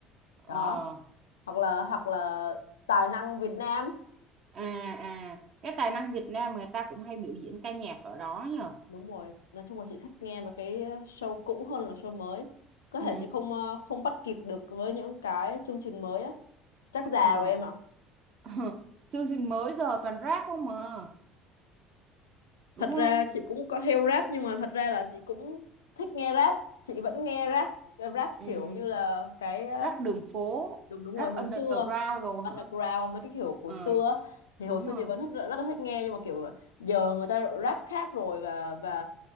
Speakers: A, on the right; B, on the left.
A: ờ
B: đó hoặc là hoặc là tài năng Việt Nam
A: à à cái tài năng Việt Nam người ta cũng hay biểu diễn ca nhạc ở đó nhở?
B: đúng rồi nói chung là chị thích nghe mà cái show cũ hơn là show mới có
A: Ừ
B: thể chị không ờ, không bắt kịp được với những cái chương trình mới á chắc già
A: ờ
B: rồi em ạ
A: <laughs> chương trình mới giờ toàn rap không mà đúng
B: thật
A: không?
B: ra chị cũng có theo rap nhưng mà thật ra là chị cũng thích nghe rap chị vẫn nghe rap rap
A: Ừ
B: kiểu như là cái ờ,
A: rap đường phố
B: đúng đúng rồi
A: rap
B: hồi
A: underground
B: xưa
A: đồ hả?
B: underground mấy cái kiểu của
A: Ờ
B: xưa á, thì hồi
A: đúng
B: xưa
A: rồi.
B: chị vẫn rất, rất là thích nghe nhưng mà kiểu giờ người ta rap khác rồi và và